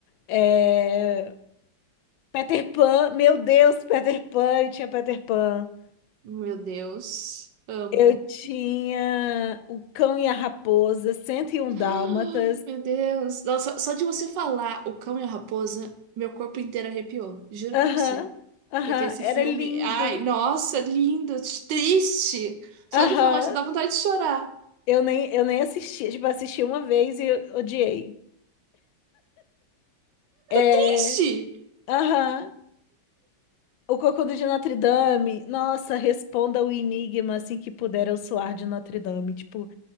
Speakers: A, on the left; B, on the right.
A: é, Peter Pan, meu Deus, Peter Pan, eu tinha Peter Pan.
B: Meu Deus. Amo.
A: Eu tinha O Cão e a Raposa, cento e um
B: <gasps>
A: Dálmatas.
B: Meu Deus. Nossa, só de você falar O Cão e a Raposa, meu corpo inteiro arrepiou. Juro
A: Aham,
B: pra você.
A: aham,
B: Porque esse
A: era
B: filme.
A: lindo.
B: Ai, nossa, lindo. Triste. Só
A: Aham.
B: de falar já dá vontade de chorar.
A: Eu nem, eu nem assisti, tipo, assisti uma vez e eu odiei. É,
B: Triste.
A: Aham. O Cocudo de Notre Dame. Nossa, responda o enigma assim que puder eu suar de Notre Dame. Tipo,